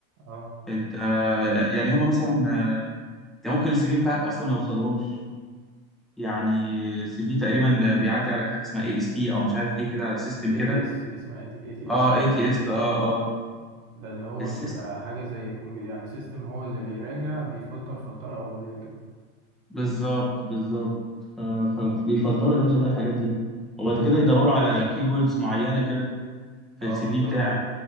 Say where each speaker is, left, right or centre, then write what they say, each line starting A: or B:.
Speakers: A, on the right; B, in the centre.
A: اه
B: انت يعني هما مثلا انت ممكن السي في بتاعك اصلا ما يوصلهمش يعني السي في تقريبا بيعدي على حاجه اسمها اي اس تي او مش عارف ايه كده سيستم
A: اي
B: كده
A: تي اس اسمها اي تي
B: اه
A: اس
B: اي تي اس اه اه
A: ده اللي هو
B: السيستم
A: بيبقى حاجة زي كمبي- يعني سيستم هو اللي بيراجع بيفلتر فلترة أولية كده
B: بالظبط بالظبط آه، ف- بيفلتروا يا باشا بقى الحاجات دي وبعد
A: أو-
B: كده يدوروا على كي ووردز معينه كده في
A: اه
B: السي
A: بالظبط
B: في بتاعك